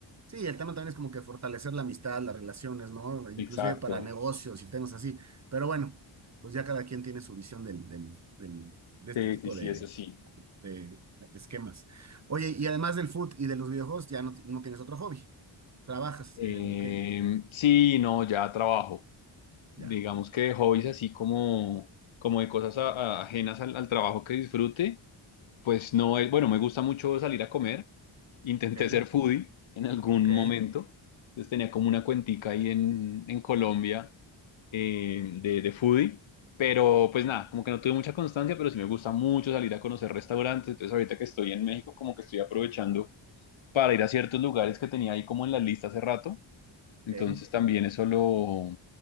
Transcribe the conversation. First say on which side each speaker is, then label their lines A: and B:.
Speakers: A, on the right (about 35°); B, on the left (about 80°).
A: sí, el tema también es como que fortalecer la amistad, las relaciones, ¿no? Inclusive
B: Exacto.
A: para negocios y temas así, pero bueno, pues ya cada quien tiene su visión del, del, del- de este
B: Sí,
A: tipo
B: sí, sí,
A: de,
B: eso sí.
A: de esquemas. Oye, y además del foot y de los videojuegos, ya no, no tienes otro hobby, ¿trabajas
B: Em,
A: en qué?
B: sí, no, ya trabajo.
A: Ya,
B: Digamos que hobbies así como, como de cosas a- a- ajenas al, al trabajo que disfrute. Pues no, eh, bueno, me gusta mucho salir a comer. Intenté
A: ok,
B: ser foodie en algún
A: ok,
B: momento. Entonces tenía como una cuentica ahí en, en Colombia eh, de, de foodie. Pero pues nada, como que no tuve mucha constancia, pero sí me gusta mucho salir a conocer restaurantes. Entonces ahorita que estoy en México, como que estoy aprovechando para ir a ciertos lugares que tenía ahí como en la lista hace rato.
A: ok.
B: Entonces también eso lo,